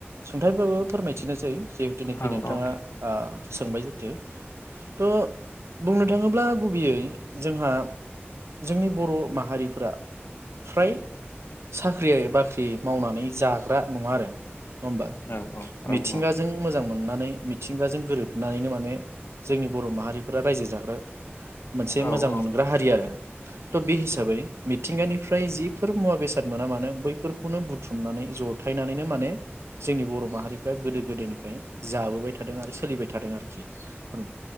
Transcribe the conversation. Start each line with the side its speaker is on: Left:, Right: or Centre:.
Right: सुंथाइबाबो फोरमायथिनोसै । जिहेतुनाखि
Left: औ
Right: नोंथाङा ओ सोंबाय जाथे थ बुंनो थाङोब्ला गुबैयै जोंहा जोंनि बर' माहारिफोरा फ्राय साख्रिया एबा ख्रि मावनानै जाग्रा नङा आरो नङा होमबा
Left: औ औ
Right: मिथिंगाजों
Left: औ
Right: मोजां मोन नानै मिथिंगाजों गोरोबनानैनो माने जोंनि बर' माहारिफोरा रायजो जाग्रा मोनसे
Left: औ
Right: मोजां
Left: औ
Right: मोनग्रा हारि आरो ट बे हिस साबै मिथिंगानिफ्राय जिफोर मुवा बेसाद मोना मानो बैफोरखौनो बुथुमनानै जथायनानैनो माने जोंनि बर' माहारिफ्रा गोदो गोदायनिफ्राय जाबोबाय थादों आरो सोलिबाय थादों आरोखि फोर